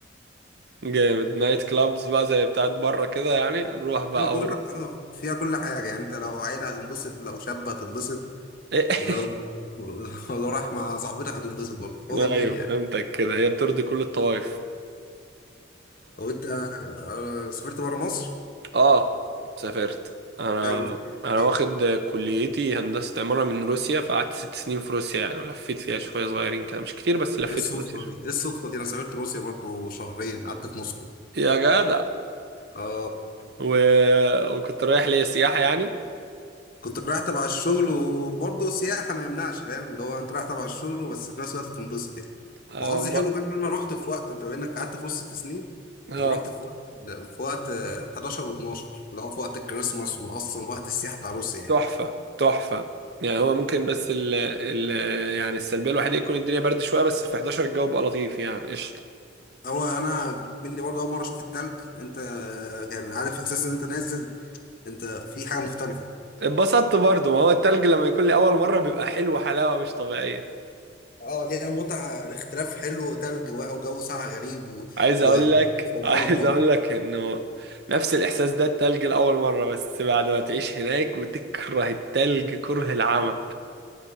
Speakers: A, on the right (about 60°); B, on the left (about 50°).
A: جامد نايت كلابز بقى زي بتاعت بره كده يعني نروح بقى
B: انا بقول
A: ور...
B: لك اه فيها كل حاجه يعني انت لو عيله هتنبسط لو شاب هتنبسط
A: <laughs>
B: لو <laughs> لو رايح مع صاحبتك هتنبسط برضه هو
A: ايوه
B: جميل يعني
A: فهمتك كده هي بترضي كل الطوائف
B: لو انت آه، سافرت بره مصر
A: اه سافرت انا
B: حلو اوكي
A: انا
B: ايه
A: واخد كليتي هندسة عمارة من روسيا فقعدت ست سنين في روسيا يعني ولفيت فيها شوية صغيرين كده مش كتير بس لفيت
B: الصدفه
A: في روسيا شوية.
B: دي ايه الصدفه دي انا سافرت روسيا برضه شهرين قعدت في موسكو
A: يا جدع
B: اه
A: و... وكنت رايح ليا سياحة يعني
B: كنت رايح تبع الشغل وبرضه سياحة ما يمنعش فاهم اللي هو انت رايح تبع الشغل بس في نفس الوقت تنبسط يعني
A: انا
B: وحظي
A: ب...
B: حلو بقى ان انا رحت في وقت انت بما انك قعدت في وسط ست سنين
A: اه
B: انا رحت في وقت في وقت آه، 11 و12 اللي هو في وقت الكريسماس واصلا وقت السياحة بتاع روسيا يعني
A: تحفة تحفة يعني هو ممكن بس ال... ال... يعني السلبية الوحيدة يكون الدنيا برد شوية بس في 11 الجو بقى لطيف يعني قشطة
B: هو انا مني برضه اول مرة اشوف التلج انت آه، كان عارف احساس ان انت نازل انت في حاجة مختلفة
A: اتبسطت برضو ما هو التلج لما يكون لي أول مرة بيبقى حلو حلاوة مش طبيعية
B: اه ليها متعة اختلاف حلو تلج بقى وجو ساقع غريب وجو
A: عايز اقول لك
B: فضلته
A: عايز اقول لك انه نفس الاحساس ده التلج لاول مره بس بعد ما تعيش هناك وتكره التلج كره العمى